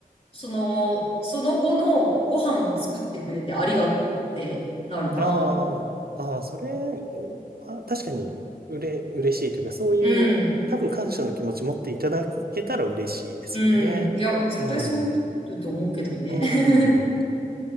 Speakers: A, on the left; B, on the right.
A: その、その後のご飯を作ってくれてありがとうってなるな。
B: ああ、ああ、それは確かにうれ、嬉しいというか、そういう多分感謝の気持ち持っていただけたら嬉しいですよね。
A: うん、うん。いや、絶対そう思うと思うけどね。
B: うん。う
A: <laughs>
B: ん。